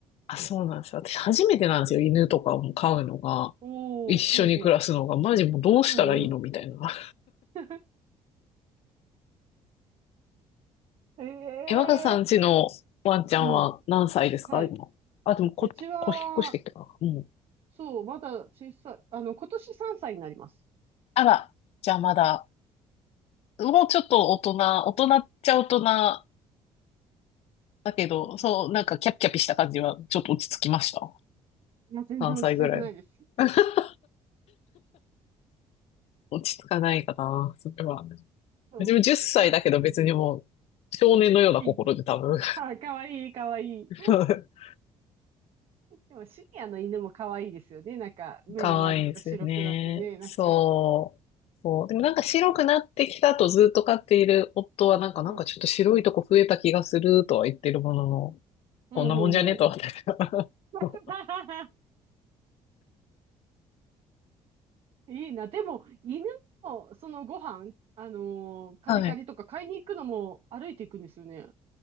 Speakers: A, on the left; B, on the right.
A: あ、そうなんですよ。私初めてなんですよ。犬とかも飼うのが。
B: おー、
A: 一緒に暮らすのが。
B: ほうほう。
A: マジもうどうしたらいいのみたいな。
B: うんうん。<laughs> ええ
A: え、若さんちのワンちゃんは何歳ですか、
B: ーうん。はい。
A: 今。あ、でもこ、
B: うちは、
A: こ、引っ越してきたから。うん。
B: そう、まだ小さい。あの、今年3歳になります。
A: あら、じゃあまだ、もうちょっと大人、大人っちゃ大人だけど、
B: うん
A: そう、なんかキャピキャピした感じはちょっと落ち着きました。
B: いや、全然落ち着いてないです。
A: 何歳ぐらい。<laughs> 落ち着かないかな、それは。
B: そう。
A: うちも10歳だけど別にもう、
B: なんか、
A: 少年のような心で多分。
B: 元気。はい、かわいい、かわいい。
A: <laughs>
B: でも、シニアの犬もかわいいですよね。なんか、目の周りとか白くなってね。
A: 可愛いいですよね。
B: なんか、
A: そう。そう。でもなんか白くなってきたとずっと飼っている夫はなんかなんかちょっと白いとこ増えた気がするとは言ってるものの、
B: うん。うん、
A: こんなもんじゃねとは私は
B: ほうほう。<laughs>
A: <laughs>
B: いいな。でも、犬も、そのご飯、あのーカリカリとか買いに行くのも歩いていくんですよね。
A: はい。